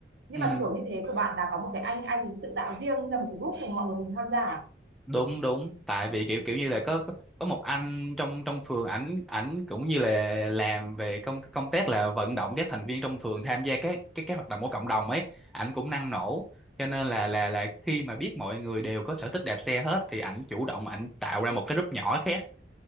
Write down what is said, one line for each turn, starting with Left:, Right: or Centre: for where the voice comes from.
Right: nhưng
Centre: Ừ,
Right: mà kiểu như thế của bạn là có một cái anh anh tự tạo riêng ra một cái group xong mọi người cùng tham gia à?
Centre: đúng đúng tại vì kiểu kiểu như là có có, có một anh trong trong phường ảnh ảnh cũng như là làm về công công tác là vận động các thành viên trong phường tham gia các cái cái hoạt động của cộng đồng ấy ảnh cũng năng nổ cho nên là là là khi mà biết mọi người đều có sở thích đạp xe hết thì ảnh chủ động ảnh tạo ra một cái group nhỏ khác